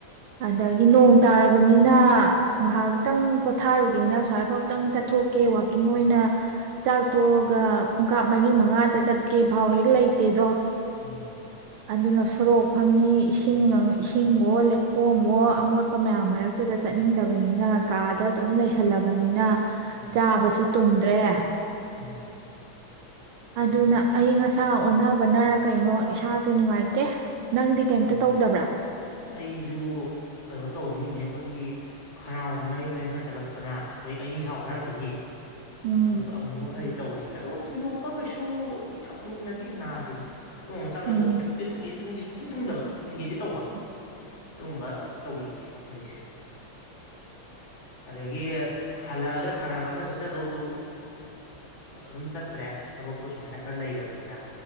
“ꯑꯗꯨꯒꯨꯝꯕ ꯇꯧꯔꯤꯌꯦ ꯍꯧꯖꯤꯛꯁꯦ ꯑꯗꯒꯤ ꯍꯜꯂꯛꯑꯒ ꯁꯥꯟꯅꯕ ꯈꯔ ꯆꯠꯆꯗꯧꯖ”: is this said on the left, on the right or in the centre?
Left